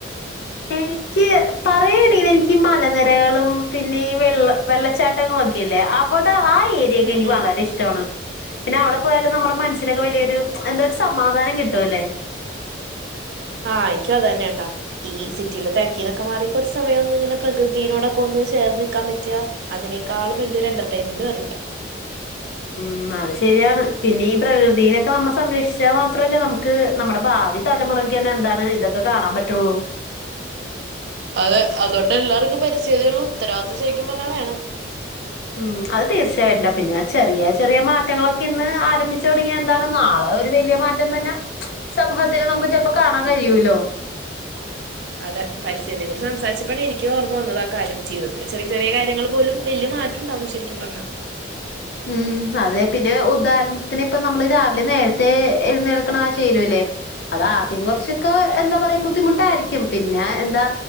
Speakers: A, on the left; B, on the right.
A: എനിക്ക് പറയാണെങ്കില് എനിക്ക് ഈ മലനെരകളും പിന്നെ ഈ വെള്ള വെള്ളച്ചാട്ടങ്ങള് ഒക്കെ ഇല്ലേ അവടെ ആ ഏരിയൊക്കെ
B: ഉം
A: എനിക്ക്
B: ഉം
A: വളരെ ഇഷ് ടവാണ് പിന്നെ അവിടെ പോയാലും നമ്മളെ മനസ്സിനൊക്കെ വലിയൊരു എന്ത ഒരു സമാധാനം കിട്ടൂല്ലേ
B: ആഹ് എനിക്കും അത് തന്നേണ് ട്ട ഈ സിറ്റിയിലെ തെരക്കിന്നൊക്കെ മാറി കൊർച്ച് സമയം ഒന്ന് ഇങ്ങനെ പ്രകൃതീനോടൊക്കെ ഒന്ന് ചേർന്ന് നിൽക്കാൻ പറ്റ്കാ അതിനേക്കാളും വെല്ല്യൊരു എൻ്റർടൈമെന്റ് വേറെ ഇല്ല ഉ <inaudible>
A: ഉം അത് ശരിയാണ് പിന്നെ ഈ പ്രകൃതിനൊക്കെ നമ്മ സംരക്ഷിച്ചാ മാത്രല്ലെ നമുക്ക് നമ്മടെ ഭാവി തലമുറയ്ക്ക് തന്നെ എന്താണ് ഇതൊക്കെ കാണാൻ പറ്റൊള്ളൂ
B: അതെ അതുകൊണ്ടെല്ലാര്ക്കും പരിസ്ഥിതിയോടുള്ള ഉത്തരവാദിത്വം ശരിക്കും പർഞ്ഞാ വേണം
A: ഉം അത് തീർച്ചയായ്ട്ട്ണ്ട് അഹ് പിന്നെ ചെറിയ ചെറിയ മാറ്റങ്ങളൊക്കെ ഇന്ന് ആരംഭിച്ചു തൊടങ്ങിയ എന്താണ് നാളെ ഒരു വലിയ മാറ്റം തന്നെ സമൂഹത്തില് നമുക്ക് ചെൽപ്പൊ കാണാൻ കഴിയൂല്ലോ
B: അതെ പരിസ്ഥിതിയെ കുറിച്ച് സംസാരിച്ചപ്പഴാണ് എനിക്കു ഓർമ്മ വന്നത് ആ കാര്യം ജീവിതത്തില് ചെറിയ ചെറിയ കാര്യങ്ങൾ പോലും വെല്ല്യെ മാറ്റം ഉണ്ടാവും ശരിക്കും പർഞ്ഞാ
A: ഉം അതെ പിന്നെ ഉദാഹരണത്തിന് ഇപ്പ നമ്മ്ള് രാവിലെ നേരത്തെ എഴ്‌ന്നേൽക്ക്ണ ആ ശീലം ഇല്ലേ അതാദ്യം കൊർച്ചൊക്കെ എന്താ പറയാ ബുദ്ധിമുട്ടായിരിക്കും പിന്നെ എന്താ